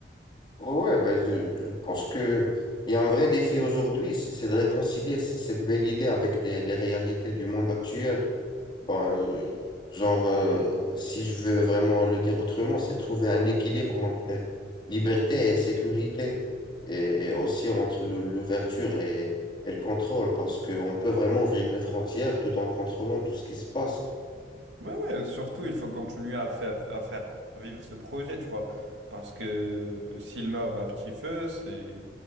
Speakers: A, on the left; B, on the right.
A: Ouais, ben, je, je pense que il y a un vrai défi aujourd'hui, c'est c'est de réconcilier c- cette belle idée avec des- les réalités du monde actuel. Bon, euh, genre, euh, si je veux vraiment le dire autrement, c'est trouver un équilibre entre liberté et sécurité, et, et aussi entre le- l'ouverture et, et le contrôle, parce qu'on peut vraiment ouvrir les frontières tout en contrôlant tout ce qui se passe.
B: Ouais, ouais, surtout, il faut continuer à faire, à faire vivre ce projet, tu vois. Parce que euh, s'il meurt à petit feu, c'est,